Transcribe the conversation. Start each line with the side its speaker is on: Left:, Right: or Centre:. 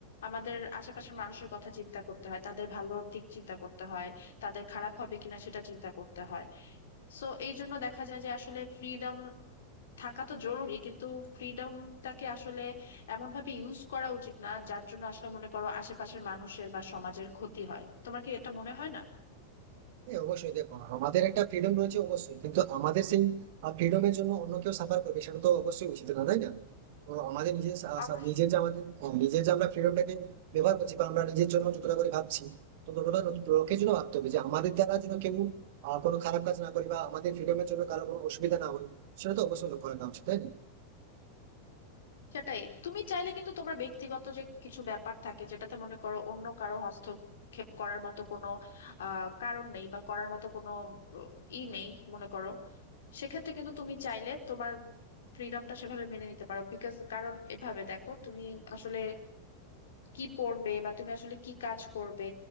Left: আমাদের আশেপাশের মানুষের কথা চিন্তা করতে হয় তাদের ভালো দিক চিন্তা করতে হয় তাদের খারাপ হবে কিনা সেটা চিন্তা করতে হয় সো এই জন্য দেখা যায় যে আসলে ফ্রিডম থাকা তো জরুরি কিন্তু ফ্রিডমটাকে আসলে এমন ভাবে ইউজ করা উচিত না যার জন্য আসলে মনে করো আশেপাশের মানুষের বা সমাজের ক্ষতি হয় তোমার কি এটা মনে হয় না
Right: হ্যাঁ অবশ্যই দেখো আমাদের একটা ফ্রিডম রয়েছে অবশ্যই কিন্তু আমাদের সেই ফ্রিডমের জন্য অন্য কেউ সাফার করবে সেটা তো অবশ্যই উচিত না তাই না তো আমাদের নিজের সা-
Left: অবশ্যই
Right: সা- নিজের যে আমাদের হ্যাঁ, নিজের যে আমরা ফ্রিডমটাকে ব্যবহার করছি বা আমরা নিজের জন্য যতটা করে ভাবছি তো ততটা লোক- লোকের জন্য ভাবতে হবে যে আমাদের দ্বারা যেন কেউ আহ, কোনো খারাপ কাজ না করি বা আমাদের ফ্রিডমের জন্য কারো কোনো অসুবিধা না হয় সেটা তো অবশ্যই লক্ষ্য রাখা উচিত তাই না
Left: সেটাই তুমি চাইলে কিন্তু তোমার ব্যক্তিগত যে কিছু ব্যাপার থাকে যেটাতে মনে করো অন্য কারো হস্তক্ষেপ করার মতো কোনো আহ কারণ নেই বা করার মতো কোনো ই নেই মনে করো সেক্ষেত্রে কিন্তু তুমি চাইলে তোমার ফ্রিডমটা সেভাবে মেনে নিতে পারো বিকজ কারণ এভাবে দেখো তুমি আসলে কি পড়বে বা তুমি আসলে কি কাজ করবে